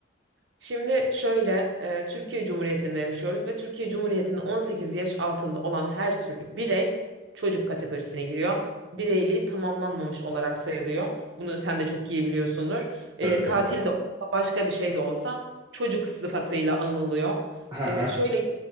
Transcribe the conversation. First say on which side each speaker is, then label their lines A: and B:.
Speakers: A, on the right (about 80°); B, on the right (about 20°).
A: Şimdi şöyle, e, Türkiye Cumhuriyeti'nde yaşıyoruz ve Türkiye Cumhuriyeti'nin 18 yaş altında olan her türlü birey çocuk kategorisine giriyor. Bireyliği tamamlanmamış olarak sayılıyor. Bunu sen de çok iyi biliyorsundur. E,
B: Tabii tabii.
A: katil de olsa, başka bir şey de olsa çocuk sıfatıyla anılıyor.
B: Aha,
A: E, şöyle